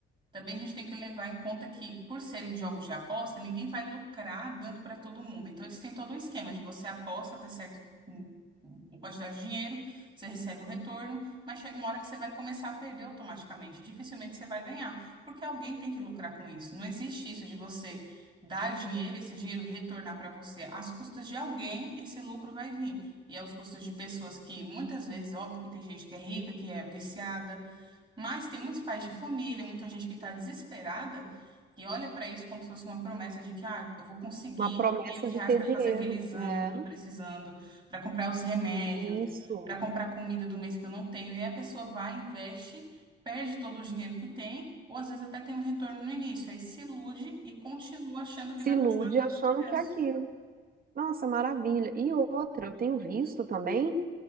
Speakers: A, on the right (about 25°); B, on the right (about 45°).
A: Também a gente tem que levar em conta que, por serem jogos de aposta, ninguém vai lucrar dando para todo mundo. Então, eles têm todo um esquema de você aposta até certo um- uma quantidade de dinheiro, você recebe um retorno, mas chega uma hora que você vai começar a perder automaticamente. Dificilmente você vai ganhar, porque alguém tem que lucrar com isso. Não existe isso de você dar dinheiro, esse dinheiro retornar para você. Às custas de alguém, esse lucro vai vir. E aos custos de pessoas que muitas vezes, óbvio que tem gente que é rica, que é viciada. Mas tem muitos pais de família, muita gente que está desesperada, que olha para isso como se fosse uma promessa de que ah, eu vou conseguir
B: Uma promessa
A: 500
B: de
A: reais
B: ter
A: para
B: dinheiro.
A: fazer aquele exame
B: É,
A: que eu estou precisando, para comprar os remédios,
B: isso.
A: para comprar comida do mês que eu não tenho. E aí a pessoa vai, investe, perde todo o dinheiro que tem, ou às vezes até tem um retorno no início, aí se ilude e continua achando que
B: Se
A: vai
B: ilude
A: continuar tendo
B: achando
A: sucesso.
B: que é aquilo. Nossa, maravilha. E outra, eu tenho visto também